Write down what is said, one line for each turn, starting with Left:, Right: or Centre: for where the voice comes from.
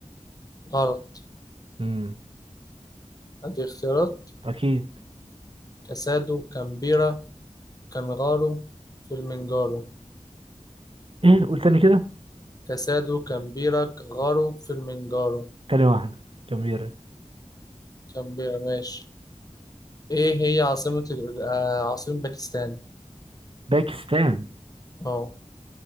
Left: غلط
Right: امم
Left: هدي اختيارات
Right: اكيد
Left: كاسادو كامبيرا كانغارو فيلمنجارو
Right: ايه قول تاني كده
Left: كاسادو كامبيرا كانغارو فيلمنجارو
Right: تاني واحدة جميلة
Left: كامبيرا ماشي إيه هي عاصمة ال- آه، عاصمة باكستان؟
Right: باكستان
Left: أه